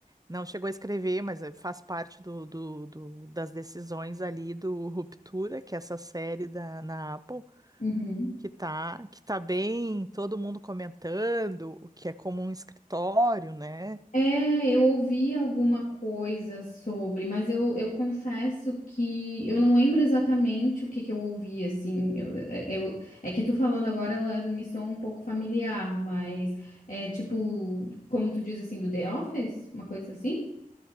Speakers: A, on the right (about 25°); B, on the left (about 60°).
A: não chegou a escrever, mas eh, faz parte do, do- do- das decisões ali do Ruptura, que é essa série da, na Apple,
B: Uhum.
A: que tá, que tá bem, todo mundo comentando, o que é como um escritório, né?
B: É, eu ouvi alguma coisa sobre, mas eu, eu confesso que eu não lembro exatamente o que que eu ouvi, assim. Eu, é, eu- é que tu falando agora, ela me soa um pouco familiar, mas é tipo, como tu diz assim, do The Office? Uma coisa assim?